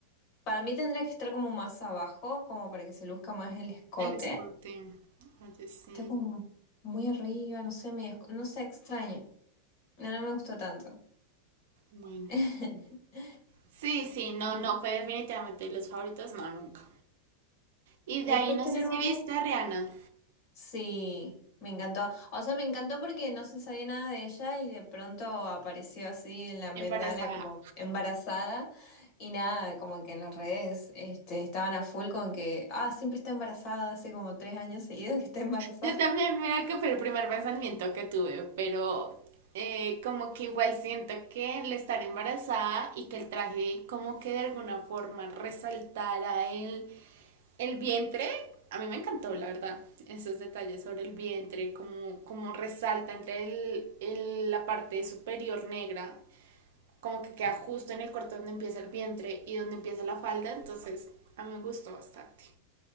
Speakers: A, on the left; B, on the right.
A: para mí tendría que estar como más abajo, como para que se luzca más el escote.
B: el escote. Oye, sí,
A: Está como muy arriba, no sé, medio, esco- no sé, extraño. No, no me gustó tanto.
B: bueno.
A: <laughs>
B: Sí, sí, no,
A: Mm.
B: no, fue definitivamente los favoritos, no, nunca. Y de
A: Después
B: ahí no
A: tenemos
B: sé si viste a Rihanna
A: Sí, me encantó. O sea, me encantó porque no se sabía nada de ella y de pronto apareció así en la Met
B: embarazada.
A: Gala como embarazada y nada, como que en las redes este, estaban a full con que, ah, siempre está embarazada, hace como tres años seguidos que está embarazada.
B: Yo también, mira que fue el primer pensamiento que tuve, pero eh, como que igual siento que el estar embarazada y que el traje como que de alguna forma resaltara el, el vientre, a mí me encantó, la verdad, esos detalles sobre el vientre, como, como resalta entre el, el- la parte superior negra, como que queda justo en el corte donde empieza el vientre y donde empieza la falda, entonces a mí me gustó bastante.